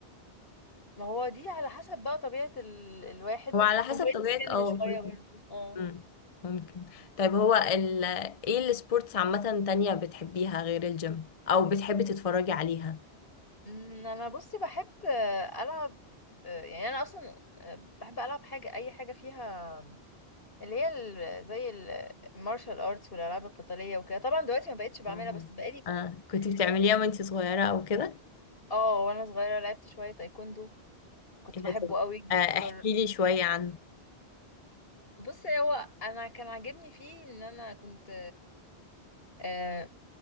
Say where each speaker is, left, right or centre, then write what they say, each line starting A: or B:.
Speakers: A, on the left; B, on the left.
A: ما هو دي على حسب بقى طبيعه ال... الواحد
B: هو على حسب
A: ومتهيألي
B: طبيعه اه
A: السن شويه
B: كل
A: برضه اه
B: امم ممكن طيب هو ال ايه السبورتس عامه تانية بتحبيها غير الجيم او بتحبي تتفرجي عليها
A: أمم، انا بصي بحب آه، العب آه، يعني انا اصلا آه، بحب العب حاجه اي حاجه فيها اللي هي ال- زي المارشال ارتس والالعاب القتاليه وكده طبعا دلوقتي ما بقتش بعملها
B: آه.
A: بس بقالي
B: آه.
A: ف-
B: كنت بتعمليها
A: ف- من
B: وانت صغيره او كده
A: اه وانا صغيره لعبت شويه تايكوندو كنت
B: ايه
A: بحبه
B: ده طب
A: قوي
B: آه. احكي
A: جر...
B: لي شويه عنه
A: بص هو انا كان عاجبني فيه ان انا كنت آه